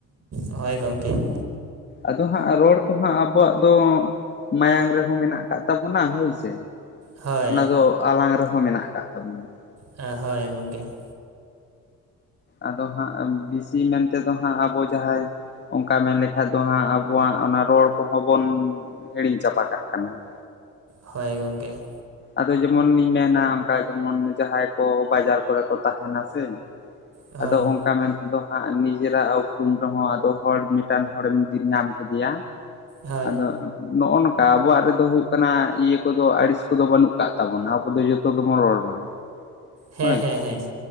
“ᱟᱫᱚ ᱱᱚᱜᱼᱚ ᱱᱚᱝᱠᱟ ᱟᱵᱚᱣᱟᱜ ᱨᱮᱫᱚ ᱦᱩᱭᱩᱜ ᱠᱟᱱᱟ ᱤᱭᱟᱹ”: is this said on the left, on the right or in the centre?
Left